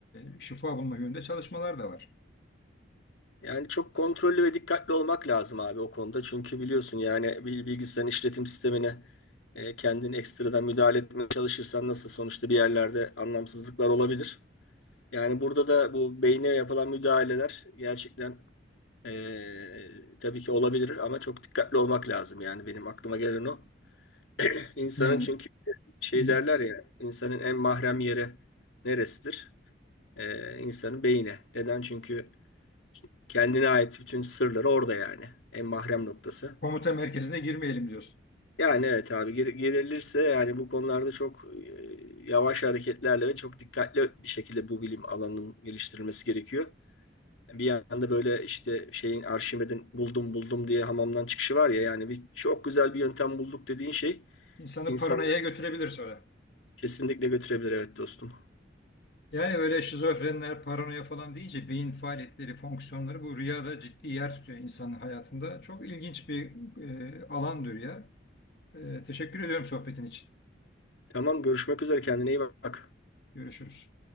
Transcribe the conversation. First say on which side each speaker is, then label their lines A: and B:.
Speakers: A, on the left; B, on the left.
A: e, şifa bulma yönünde çalışmalar da var.
B: Yani çok kontrollü ve dikkatli olmak lazım abi o konuda. Çünkü biliyorsun yani bir bilgisayarın işletim sistemine e, kendin ekstradan müdahale etmeye çalışırsan nasıl sonuçta bir yerlerde anlamsızlıklar olabilir. Yani burada da bu beyne yapılan müdahaleler gerçekten e, tabii ki olabilir ama çok dikkatli olmak lazım. Yani benim aklıma gelen o. İnsanın
A: Yani
B: çünkü şey
A: i-
B: derler ya insanın en mahrem yeri neresidir? E, insanın beyni. Neden? Çünkü Kendine ait bütün sırları orada yani. En mahrem noktası.
A: komuta merkezine girmeyelim diyorsun.
B: Yani evet abi gir- girilirse yani bu konularda çok e, yavaş hareketlerle ve çok dikkatli bir şekilde bu bilim alanının geliştirilmesi gerekiyor. Bir yanda böyle işte şeyin Arşimed'in buldum buldum diye hamamdan çıkışı var ya yani bir çok güzel bir yöntem bulduk dediğin şey
A: İnsanı
B: insanları
A: paranoyaya götürebilir sonra.
B: kesinlikle götürebilir evet dostum.
A: Yani böyle şizofrenler, paranoya falan deyince beyin faaliyetleri, fonksiyonları bu rüyada ciddi yer tutuyor insanın hayatında. Çok ilginç bir e, alandır ya. E, teşekkür ediyorum sohbetin için.
B: Tamam görüşmek üzere kendine iyi bak.
A: Görüşürüz.